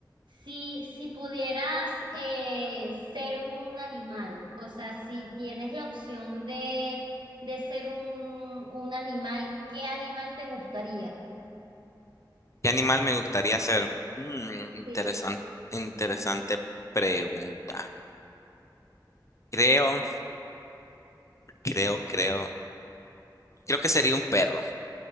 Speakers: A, on the right; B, on the left.
A: si, si pudieras eh, ser un animal, o sea, si tienes la opción de, de ser un, un animal, ¿qué animal te gustaría?
B: ¿Qué animal me gustaría ser? interesante,
A: Sí.
B: interesante pregunta. Creo, creo, creo. Creo que sería un perro.